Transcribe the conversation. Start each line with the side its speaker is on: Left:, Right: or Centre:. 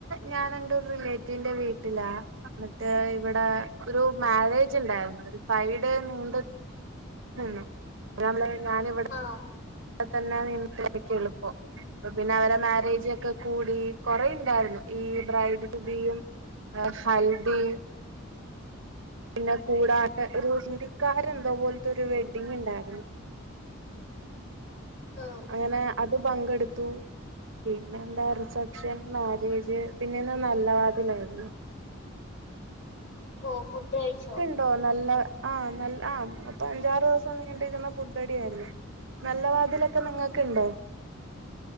Right: ഞാന് എന്റെ ഒരു റിലേറ്റീവിന്റെ വീട്ടിലാ ഇന്നിട്ട് ഇവിടാ ഒരു മാരേജ് ഇണ്ടായിരുന്നു ഒരു ഫൈവ് ഡേ നീണ്ട നിന്നു ഞാൻ ഇവിടെ
Left: ആഹ്
Right: തന്നെ നിന്ന് എനിക്ക് എളുപ്പം അപ്പൊ പിന്നെ അവരെ മാരേജ് ഒക്ക കൂടി കൊറേ ഇണ്ടായിരുന്നു ഈ ബ്രൈഡ് റ്റു ബീയും ഏഹ് ഹൽദി പിന്നെ കൂടാതെ ഒരു ഹിന്ദിക്കാരെ എന്തോപോല്ത്തൊരു വെഡിങ് ഇണ്ടായിരുന്നു
Left: ആഹ്
Right: ഇങ്ങനേ അത് പങ്കെടുത്തു പിന്നെ എന്താ റിസപ്ഷൻ മാരേജ് പിന്നെന്ന് നല്ല വാതിലായിരുന്നു
Left: ഓഹ് ഫുഡ് കഴിച്ചോ
Right: ഉണ്ടോ നല്ല ആഹ് നല്ല ആഹ് അപ്പൊ അഞ്ചാറ് ദിവസം നീണ്ടിരിന്ന ഫുഡ്ഡടി ആയിരുന്നു നല്ല വാതിലൊക്ക നിങ്ങക്ക്‌ണ്ടൊ